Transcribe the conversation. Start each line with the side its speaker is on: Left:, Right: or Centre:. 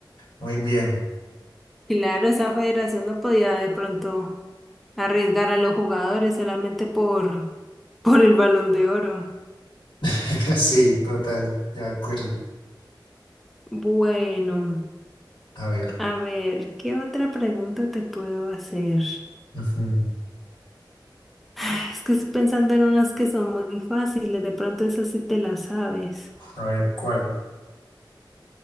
Left: Muy bien.
Centre: Claro, esa federación no podía de pronto arriesgar a los jugadores solamente por, <laughs> por el balón de oro.
Left: <laughs> Sí, total, de acuerdo.
Centre: Bueno.
Left: A ver.
Centre: A ver, ¿qué otra pregunta te puedo hacer?
Left: ujú.
Centre: Ah, Es que estoy pensando en unas que son muy fáciles, de pronto esas sí te las sabes.
Left: A ver, ¿cuál?